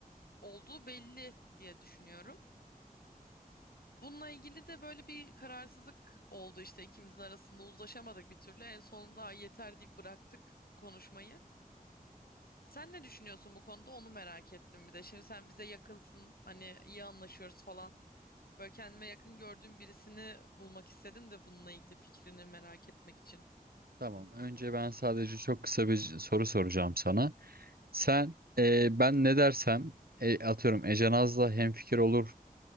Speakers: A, on the left (about 80°); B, on the right (about 80°).
A: olduğu belli diye düşünüyorum. Bununla ilgili de böyle bir kararsızlık oldu işte ikimizin arasında uzlaşamadık bir türlü. En sonunda "Ay yeter deyip bıraktık konuşmayı. Sen ne düşünüyorsun bu konuda onu merak ettim bir de. Şimdi sen bize yakınsın hani iyi anlaşıyoruz falan. Böyle kendime yakın gördüğüm birisini bulmak istedim de bununla ilgili fikrini merak etmek için.
B: Tamam. Önce ben sadece çok kısa bir soru soracağım sana. Sen e, ben ne dersem e, atıyorum Ece Naz'la hemfikir olur